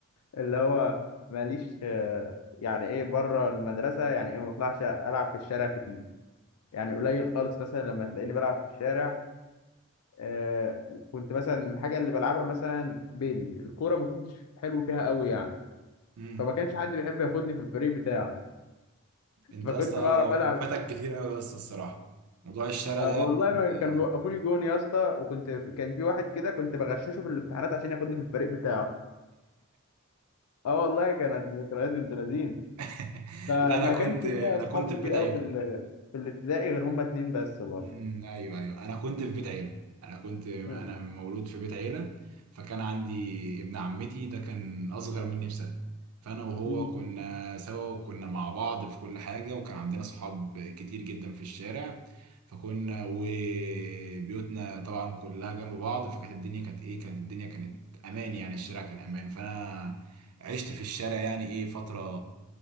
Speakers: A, on the left (about 85°); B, on the right (about 90°).
A: اللي هو ماليش آه، يعني ايه بره المدرسه يعني ايه ما بطلعش العب في الشارع كتير يعني قليل خالص مثلا لما تلاقيني بلعب في الشارع آه، كنت مثلا الحاجه اللي بلعبها مثلا بيلي الكوره ما كنتش حلو فيها قوي يعني
B: <laughs>
A: فما كانش حد بيحب ياخدني في الفريق بتاعه
B: انت
A: فكنت
B: اصلا
A: بعرف العب
B: فاتك كتير قوي اصلا الصراحه موضوع الشارع
A: ما-
B: ده
A: والله
B: يعني
A: ما
B: انت
A: كانوا بيوقفوني جون يا اسطى وكنت كان في واحد كده كنت بغششه في الامتحانات عشان ياخدني في الفريق بتاعه اه والله كانت ذكريات بنت لذين
B: <laughs>
A: فما
B: لا انا كنت
A: كانش ليا
B: انا
A: اصحاب
B: كنت في
A: كتير
B: بيت
A: قوي
B: عيله
A: في ال... في الابتدائي غير هما اتنين بس برضه
B: امم ايوه ايوه انا كنت في بيت عيله انا كنت انا
A: آه.
B: مولود في بيت عيله فكان عندي ابن عمتي ده كان اصغر مني بسنه فانا وهو
A: مم.
B: كنا سوا وكنا مع بعض في كل حاجه وكان عندنا صحاب كتير جدا في الشارع فكنا وبيوتنا طبعا كلها جنب بعض فكانت الدنيا كانت ايه كانت الدنيا كانت امان يعني الشارع كان امان فانا عشت في الشارع يعني ايه فتره